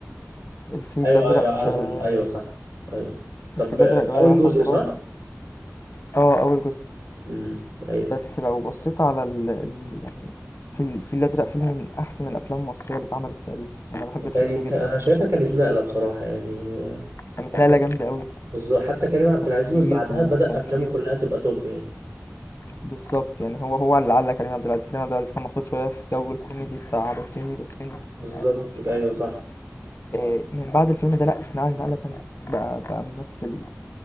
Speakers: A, on the left (about 50°); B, on the right (about 50°).
A: الفيل
B: ايوه
A: الأزرق
B: ايوه اعرف
A: آه،
B: الم... ايوه صح ايوه طب
A: الفيل الأزرق رواية
B: اول
A: لأحمد
B: جزء
A: مراد
B: صح
A: اه أول جزء
B: امم ايوه
A: بس لو بصيت على ال... ال... يعني في الفيل الأزرق فيلم من أحسن الأفلام المصرية اللي اتعملت تقريبا أنا بحب الفيلم
B: يعني
A: ده
B: ك-
A: جدا
B: انا شايفها كانت نقله بصراحه يعني
A: كانت
B: حتى
A: نقلة جامدة أوي
B: بالظبط حتى كريم عبد
A: تفكير
B: العزيز من بعدها
A: وتنفيذ
B: بدأ افلامه كلها تبقى توب يعني
A: بالظبط يعني هو هو اللي علق كريم عبد العزيز كريم عبد العزيز كان محطوط شوية في جو الكوميدي بتاع بسيوني بسيوني حازم
B: بالظبط
A: حازم ومش
B: ايوه
A: عارف
B: صح
A: ايه إيه، من بعد الفيلم ده لأ اتنقل نقلة تانية بقى بقى ممثل